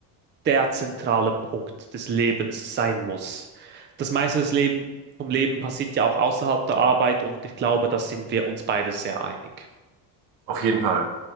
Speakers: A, on the right; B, on the right.
A: der zentrale Punkt des Lebens sein muss. Das meiste des Leben, vom Leben passiert ja auch außerhalb der Arbeit und ich glaube, da sind wir uns beide sehr einig.
B: Auf jeden Fall.